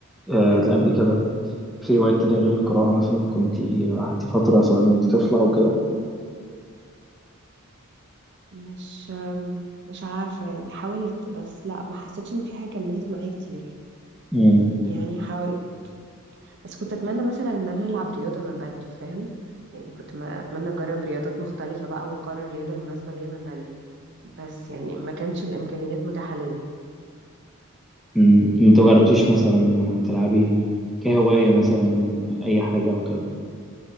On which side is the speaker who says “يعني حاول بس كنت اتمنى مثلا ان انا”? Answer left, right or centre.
Right